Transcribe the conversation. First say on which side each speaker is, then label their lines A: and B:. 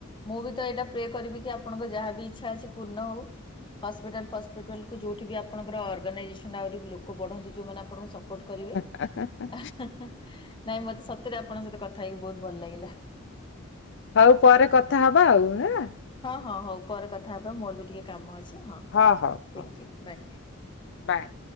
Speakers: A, on the left; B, on the left.
A: ମୁଁ ବି ତ ଏଇଟା ପ୍ରେ କରିବି କି ଆପଣଙ୍କ ଯାହାବି ଇଚ୍ଛା ଅଛି ପୂର୍ଣ୍ଣ ହଉ। ହସ୍ପିଟାଲ ଫସ୍ପିଟାଲ କୁ ଯଉଁଠି ବି ଆପଣଙ୍କର ଅର୍ଗାଇଜେସନ୍ ଆହୁ ବି ଲୋକ କ ବଢ଼ନ୍ତି ଯେଉଁମାନେ ଆପଣଙ୍କୁ ସପୋର୍ଟ କରିବେ।
B: ହା ହା ହା।
A: ହା ହା ନାଇଁ ମତେ ସତରେ ଆପଣଙ୍କ ସହିତ କଥା ହେଇକି ବହୁତ ଭଲ ଲାଗିଲା।
B: ହଉ ପରେ କଥା ହବା ଆଉ ହେଁ।
A: ହଁ ହଁ ହଉ ପରେ କଥା ହବା ମୋର ବି ଟିକେ କାମ ଅଛି।
B: ହଁ ହଁ
A: ଥ୍ୟାଙ୍କ
B: ହଁ
A: ୟୁ ବାଏ।
B: ବାଏ।